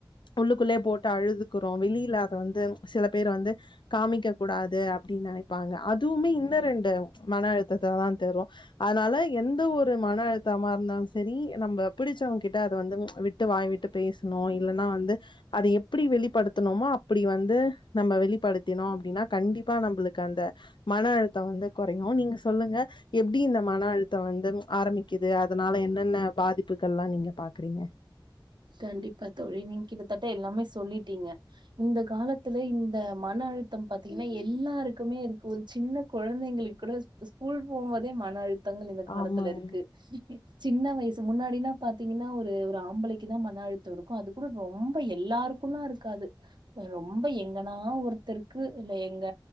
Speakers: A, on the left (about 70°); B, on the right (about 65°).
A: உள்ளுக்குள்ளேயே போட்டு அழுதுக்குறோ வெளியில அத வந்து சில பேர் வந்து காமிக்க கூடாது அப்டின்னு நெனைப்பாங்க அதுவுமே இன்ன ரெண்டு மன அழுத்தத்த தா தரு அதனால எந்த ஒரு மன அழுத்தமா இருந்தாலு சரி நம்ம பிடிச்சவங்க கிட்ட அத வந்து விட்டு வாய் விட்டு பேசணு இல்லன்னா வந்து அத எப்டி வெளிப்படுத்தணுமோ அப்டி வந்து நம்ம வெளிப்படுத்தினோ அப்டின்னா கண்டிப்பா நம்மளுக்கு அந்த மன அழுத்தம் வந்து கொறையு நீங்க சொல்லுங்க எப்டி இந்த மன அழுத்தம் வந்து ஆரம்பிக்குது அதனால என்னென்ன பாதிப்புகள்லா நீங்க பாக்குறீங்க
B: கண்டிப்பா தோழி நீங்க கிட்டத்தட்ட எல்லாமே சொல்லிட்டீங்க இந்த காலத்துல இந்த மன அழுத்தம் பாத்தீங்கன்னா எல்லாருக்குமே இருக்கு ஒரு சின்ன கொழந்தைங்களுக்கு கூட ஸ்கூல் போம்போதே மன அழு த்தங்கள் இந்த காலத்துல
A: ஆமாங்க
B: இருக்கு சின்ன வயசு முன்னாடினா பாத்தீங்கன்னா ஒரு ஒரு ஆம்பளை க்குதா மன அழுத்தோ இருக்கும் அது கூட ரொம்ப எல்லாருக்குல்லா இருக்காது ரொம்ப எங்கன்னா ஒருத்தருக்கு இல்ல எங்க